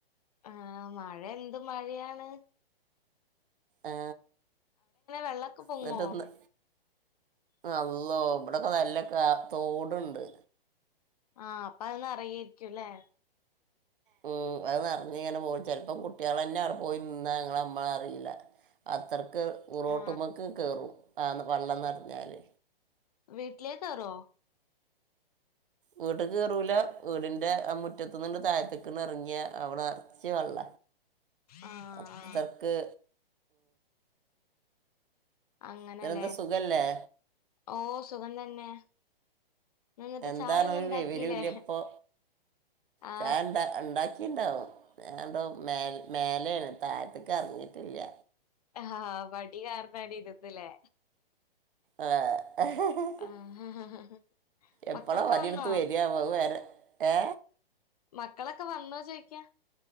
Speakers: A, on the left; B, on the right.
A: ആ മഴെന്ത് മഴ്യാണ്?
B: ആ
A: വെള്ളൊക്കെ പൊങ്ങോ
B: ന്നിട്ടന്ന്! അള്ളോ ഇവിടക്കെ നല്ല കാ തോടുണ്ട്.
A: ആ അപ്പ അയളെ റിയയ്ക്കുംല്ലേ
B: മ് അത് നെറ്ഞ്ഞ്ങ്ങനെ പോകും. ചെൽപ്പം കുട്ടിളന്നെ അടെ പോയി ന്നാ ങ്ങളമ്മളറീല അതർക്ക് റോട്ടുമ്മക്ക്
A: ആ
B: കേറും, ആ വള്ളംന്നർഞ്ഞാല്.
A: വീട്ടിലേക്കേറോ?
B: വീട്ടുക്ക് കേറൂലാ, വീടിന്റെ ആ മുറ്റത്തുന്ന്ണ്ട് തായത്ത്ക്ക്ണ്ടെറങ്ങ്യാ അവിടെറച്ചു വെള്ള
A: ആ
B: അത്തർക്ക്‌
A: ആ അങ്ങനെലേ,
B: ഇതിനെന്താ സുഖല്ലേ
A: ഓ സുഖം തന്നെ ഇന്ന് എന്നിട്ട്
B: എന്താണ്,
A: ചായ ഒന്നും
B: ഒരു
A: ഉണ്ടാക്കില്ലേ
B: വിവരുല്ല്യപ്പൊ
A: ആ
B: ചായ ണ്ട ണ്ടാക്കിണ്ടാവും. ഞാൻണ്ടോ മേൽ മേലേണ്, തായത്ത് ക്കെർങ്ങീട്ടില്ല്യ.
A: ഹ്‌ഹാ വടികാരണവിടിരുന്ന്ല്ലേ!
B: അ്ആ <unintelligible>
A: ആ
B: എപ്പളാ
A: മക്കളൊക്കെ
B: വടിടുത്ത്
A: വന്നോ
B: വരിയാവോ അവേരെ ഏ
A: മക്കളൊക്കെ വന്നോ ചോയിക്യാ